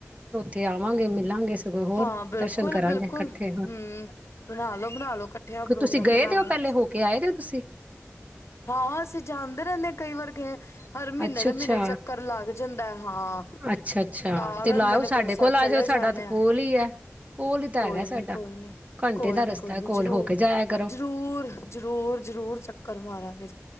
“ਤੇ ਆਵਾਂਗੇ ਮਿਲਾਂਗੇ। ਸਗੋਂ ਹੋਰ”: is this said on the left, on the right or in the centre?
Right